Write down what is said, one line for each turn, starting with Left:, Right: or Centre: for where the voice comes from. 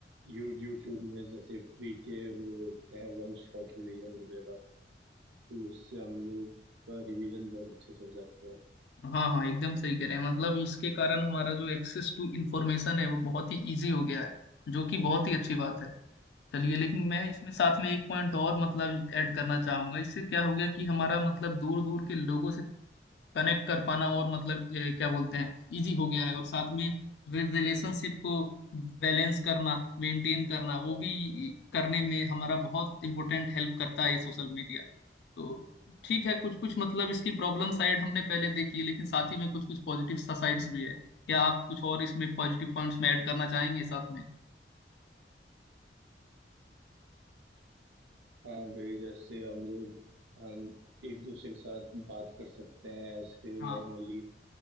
Right: यू यूट्यूब में जैसे फ्री के वो क्या है वन शॉट रिवीजन वगैरह तो उससे हम लोग का रिवीजन बहुत अच्छे से हो जाता है
Left: हाँ हाँ एकदम सही कह रहे हैं मतलब इसके कारण हमारा जो एक्सेस टू इंफॉर्मेशन है वो बहुत ही इजी हो गया है जो कि बहुत ही अच्छी बात है चलिए लेकिन मैं इसमें साथ में एक पॉइंट और मतलब ऐड करना चाहूंगा इससे क्या हो गया कि हमारा मतलब दूर दूर के लोगों से कनेक्ट कर पाना और मतलब ये क्या बोलते हैं इजी हो गया है और साथ में रिलेशनशिप को बैलेंस करना मेंटेन करना वो भी करने में हमारा बहुत इंपॉर्टेंट हेल्प करता है ये सोशल मीडिया तो ठीक है कुछ कुछ मतलब इसकी प्रॉब्लम साइड हमने पहले देखी है, लेकिन साथ ही में कुछ कुछ पॉजिटिव साइड्स भी है क्या आप कुछ और इसमें पॉजिटिव पॉइंट्स में ऐड करना चाहेंगे साथ में
Right: हाँ वही जैसे हम लोग हाँ, एक दूसरे के साथ बात कर सकते हैं ऐसे
Left: हाँ
Right: नॉर्मली